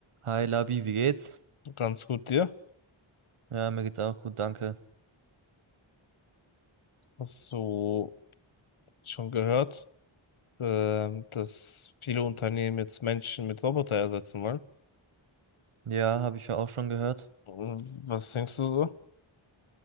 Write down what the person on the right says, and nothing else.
Hi Labi, wie geht's?
Ja, mir geht's auch gut, danke.
Ja, habe ich ja auch schon gehört.